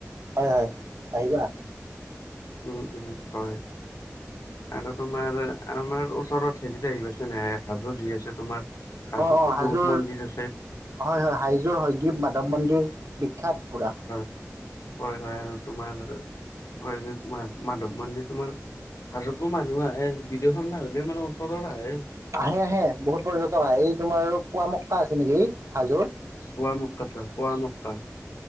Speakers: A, on the right (about 65°); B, on the left (about 80°).
A: হয় হয় আহিবা।
B: উম উম হয়। আৰু তোমাৰ আমাৰ ওচৰত হেৰিত আহি পাইছে ন হাজো যি আছে তোমাৰ হাজোততো
A: অ অ হাজোৰ
B: বহুত মন্দিৰ আছে
A: হয় হয় হাইযোৰ হয়দীপ মাধৱ মন্দিৰ বিখ্যাত পুৰা
B: হয় হয় হয় আৰু তোমাৰ হয় মাধৱ মন্দিৰ তোমাৰ হাজোতো মানুহ আহে বিদেখৰ নাহিলেও মানে ওচৰৰ আহে
A: আহে আহে বহুত পৰ্যতক আহে এই তোমাৰ আৰু পুৱা মক্কা আছে নেকি এই হাজোৰ
B: পুৱা মক্কা চা পুৱা মক্কা